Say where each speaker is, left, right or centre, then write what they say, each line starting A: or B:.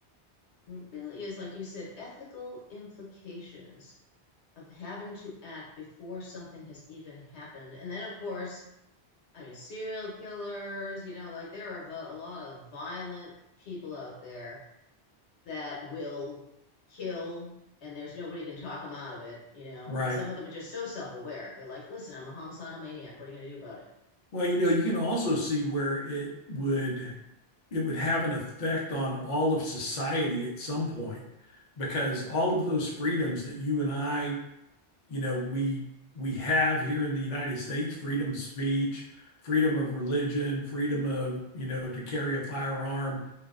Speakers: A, on the left; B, on the left.
A: really is, like you said, ethical implications of having to act before something has even happened. And then, of course, I mean, serial killers, you know, like there are a lot of violent people out there that will kill and there's nobody can talk them out of it, you know,
B: right?
A: and some of them are just so self-aware. They're like, listen, I'm a homicidal maniac. What are you going to do about it?
B: Well, you know, you can also see where it would it would have an effect on all of society at some point because all of those freedoms that you and I you know we we have here in the United States freedom of speech, freedom of religion, freedom of you know to carry a firearm